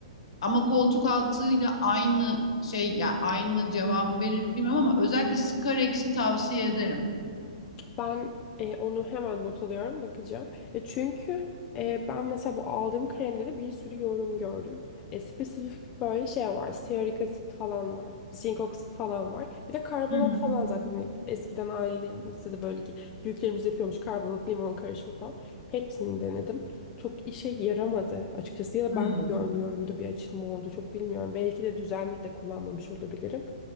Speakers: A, on the left; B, on the left.
A: Ama koltuk altıyla aynı şey ya aynı cevabı verir mi bilmiyorum ama özellikle Scarex'i tavsiye ederim.
B: Ben e, onu hemen not alıyorum, bakacağım. E, çünkü e, ben mesela bu aldığım kremde de bir sürü yorum gördüm. E, spesifik böyle şey var. Stearik asit falan var. Zinc oksit falan var. Bir de karbonat
A: Hı hı.
B: falan zaten. Hani eskiden ailelerimizde de böyle ki büyüklerimiz yapıyormuş karbonat limon karışımı falan. Hepsini denedim. Çok işe yaramadı açıkçası. Ya da
A: Hı.
B: ben mi görmüyorumdu bir açılma oldu çok bilmiyorum. Belki de düzenli de kullanmamış olabilirim.